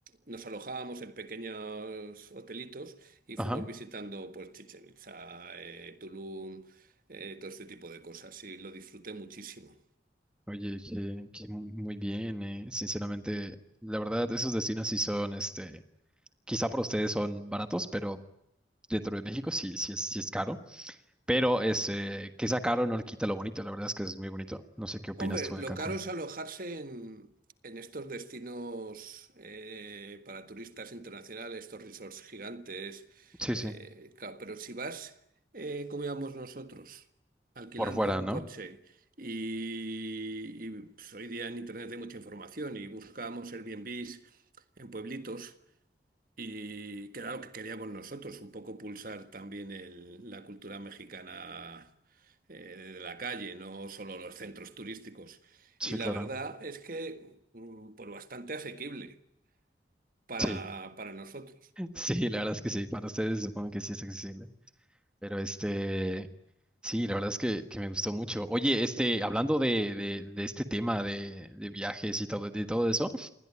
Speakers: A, on the right; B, in the centre.
A: nos alojábamos en pequeños hotelitos y
B: Ajá.
A: fuimos visitando pues Chichén Itzá, eh, Tulum, eh, todo este tipo de cosas y lo disfruté muchísimo.
B: Oye, que, que mu- muy bien, eh. Sinceramente, la verdad, esos destinos sí son, este, quizá para ustedes son baratos, pero dentro de México sí, sí es, sí es caro. Pero ese, que sea caro no le quita lo bonito. La verdad es que es muy bonito. No sé qué opinas
A: Hombre,
B: tú
A: lo
B: de Cancún.
A: caro es alojarse en, en estos destinos eh, para turistas internacionales, estos resorts gigantes.
B: Sí,
A: eh,
B: sí.
A: claro, pero si vas, eh, como íbamos nosotros, alquilando
B: Por fuera,
A: un
B: ¿no?
A: coche y, y, pues, hoy día en Internet hay mucha información y buscábamos Airbnbs en pueblitos. Y que era lo que queríamos nosotros, un poco pulsar también el- la cultura mexicana eh, de la calle, no solo los centros turísticos.
B: Sí,
A: Y la
B: claro.
A: verdad es que, mm, pues bastante asequible para,
B: Sí,
A: para nosotros.
B: <laughs> sí, la verdad es que sí. Para ustedes supongo que sí es accesible. Pero este, sí, la verdad es que, que me gustó mucho. Oye, este, hablando de, de, de este tema de, de viajes y todo, de todo eso,